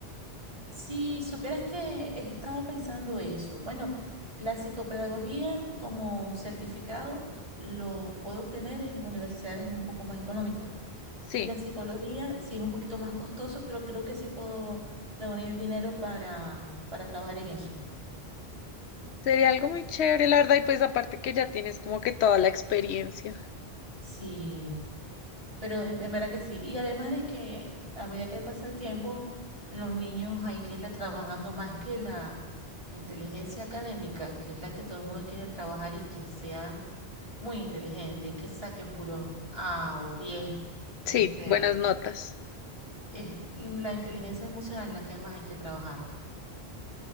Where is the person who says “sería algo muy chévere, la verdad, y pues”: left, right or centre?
Left